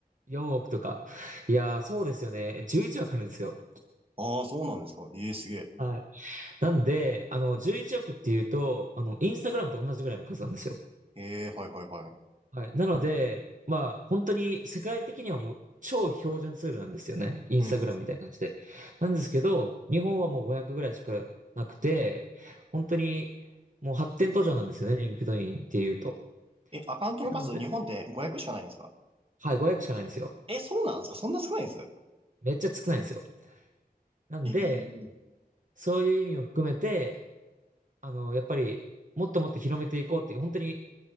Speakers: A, on the right; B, on the right.
A: ?4 億とか。いやー、そうですよね。11億あるんですよ。
B: ああ、そうなんですか。ええすげえ。
A: はい。なんで、あの、11億っていうと、あの、インスタグラムと同じぐらいの数なんですよ。
B: ええはいはいはい。
A: はい。なので、まあ、本当に世界的にはもう超標準ツールなんですよね。インスタグラムみたいな感じで。
B: うん、うん、うん。
A: なんですけど、日本はもう500ぐらいしかなくて、本当にもう発展途上なんですよね、リンクドインっていうと。
B: え、アカウントの数、
A: なので、
B: 日本で500しかないんですか
A: はい、500しかないんですよ。
B: え、そうなんですかそんな少ないんです
A: めっちゃ少ないんですよ。なんで、
B: ええ
A: そういう意味を含めて、あの、やっぱり、もっともっと広めていこうっていう、本当に